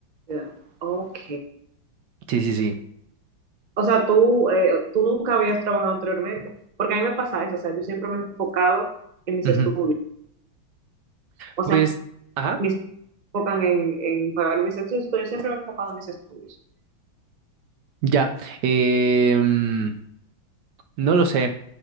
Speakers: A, on the right; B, on the right.
A: Ya. Ok.
B: Sí, sí, sí.
A: O sea, tú, eh, tú nunca habías trabajado anteriormente. Porque a mí me pasa eso. O sea, yo siempre me he enfocado en mis
B: Ujú.
A: estudios. O
B: Pues...
A: sea,
B: ajá
A: mis enfocan en, en pagar mis estudios. Yo siempre me he enfocado en mis estudios.
B: Ya, eh, mm, no lo sé.